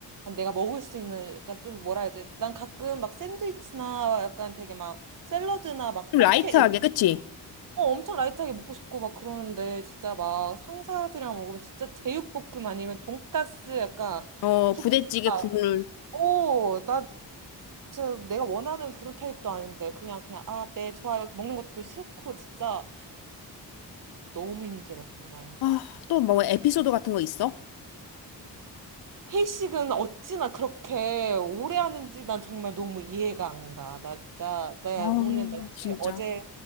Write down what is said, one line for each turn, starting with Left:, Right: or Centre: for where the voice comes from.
Right: 내가 먹을 수 있는 약간 좀 뭐라 해야 돼? 난 가끔 막 샌드위치나 약간 되게 막 샐러드나 막
Left: 좀
Right: 포케
Left: 라이트하게,
Right: 이런
Left: 그치?
Right: 어, 엄청 라이트하게 먹고 싶고 막 그러는데 진짜 막 상사들이랑 먹으면 진짜 제육볶음 아니면 돈까스 약간
Left: 어,
Right: 국밥
Left: 부대찌개 국물.
Right: 어, 나 진짜 내가 원하는 그런 타입도 아닌데 그냥 그냥 아, 네, 좋아요. 이렇게 먹는 것도 싫고 진짜 너무 힘들어 정말.
Left: 아, 또 뭐 에피소드 같은 거 있어?
Right: 회식은 어찌나 그렇게 오래 하는지 난 정말 너무 이해가 안 가. 나 진짜, 나
Left: 아,
Right: 오늘, 나 사실
Left: 진짜.
Right: 어제